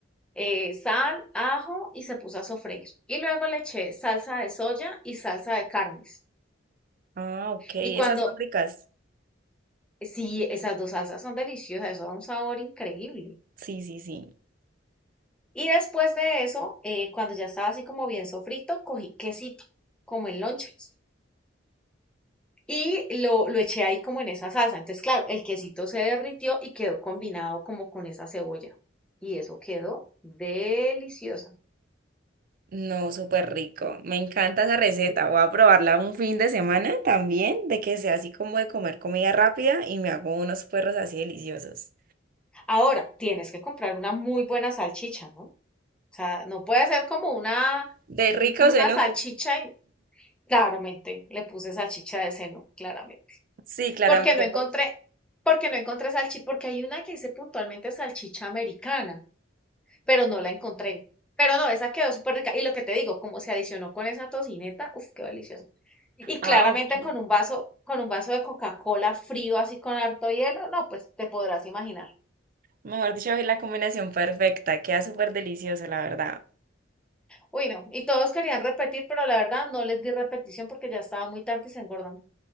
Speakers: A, in the centre; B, on the right (about 45°).
A: Eh, sal, ajo y se puso a sofreír. Y luego le eché salsa de soya y salsa de carnes.
B: Ah, ok,
A: Y cuando
B: esas son ricas.
A: Sí, esas dos salsas son deliciosas, eso da un sabor increíble.
B: Sí, sí, sí.
A: Y después de eso, eh, cuando ya estaba así como bien sofrito, cogí quesito, como en lonchas, y lo, lo eché ahí como en esa salsa. Entonces, claro, el quesito se derritió y quedó combinado como con esa cebolla. Y eso quedó deliciosa.
B: No, súper rico. Me encanta esa receta. Voy a probarla un fin de semana también, de que sea así como de comer comida rápida y me hago unos puerros así deliciosos.
A: Ahora, tienes que comprar una muy buena salchicha, ¿no? O sea, no puede ser como una,
B: ¿De ricos
A: una
B: en
A: salchicha
B: uno?
A: y claramente le puse salchicha de seno, claramente.
B: Sí, claramente.
A: Porque no encontré,
B: porque-
A: porque no encontré salchicha, porque hay una que dice puntualmente salchicha americana, pero no la encontré. Pero no, esa quedó súper rica. Y lo que te digo, como se adicionó con esa tocineta, uff, qué delicioso. Y claramente
B: Ah, ok.
A: con un vaso, con un vaso de Coca-Cola frío, así con harto hielo, no, pues te podrás imaginar.
B: Mejor dicho, es la combinación perfecta. Queda súper delicioso, la verdad.
A: Uy, no. Y todos querían repetir, pero la verdad no les di repetición porque ya estaba muy tarde y se engordan.